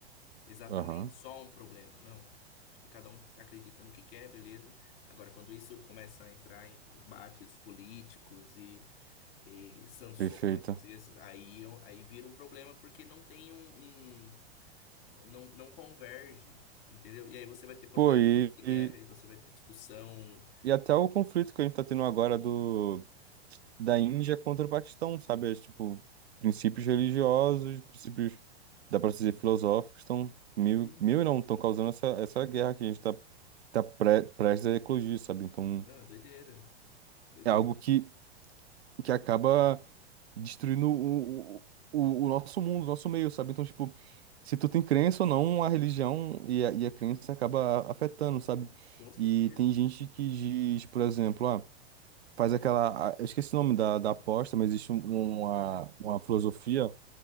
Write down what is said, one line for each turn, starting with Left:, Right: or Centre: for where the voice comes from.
Left: exatamente
Right: Aham,
Left: só um problema, não. Tipo, cada um acredita no que quer, beleza? Agora, quando isso começa a entrar em embates políticos e, e sanções,
Right: perfeito.
Left: e aí, eu- aí vira um problema porque não tem um, um- não, não converge, entendeu? E aí você vai ter problema
Right: Pô, e,
Left: de
Right: e,
Left: guerra, e você vai ter discussão.
Right: e até o conflito que a gente tá tendo agora do, da Índia contra o Paquistão, sabe? É, tipo, princípios religiosos, princípios, dá pra dizer, filosóficos, estão mil,
Left: Sim,
Right: mil e não, estão causando essa, essa guerra que a gente tá, tá pre, prestes a eclodir, sabe? Então,
Left: ah, doideira, doideira.
Right: é algo que, que acaba. destruindo o, o, o nosso mundo, o nosso meio, sabe? Então, tipo, se tu tem crença ou não, a religião e a, e a crença acaba a- afetando, sabe?
Left: Com certeza.
Right: E tem gente que diz, por exemplo, ah, faz aquela. ah, Eu esqueci o nome da, da aposta, mas existe um- uma, uma filosofia